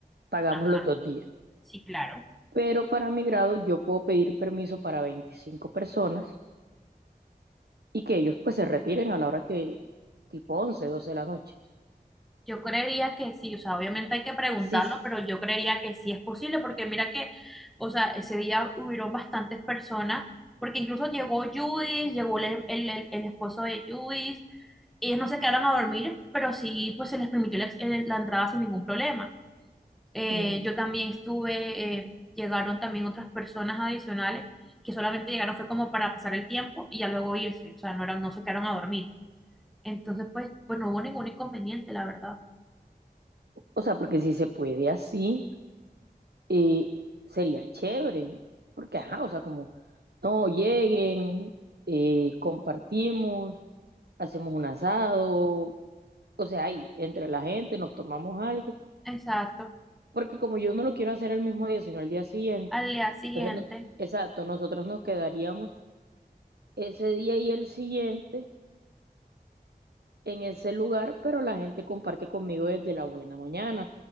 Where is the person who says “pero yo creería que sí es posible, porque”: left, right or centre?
Centre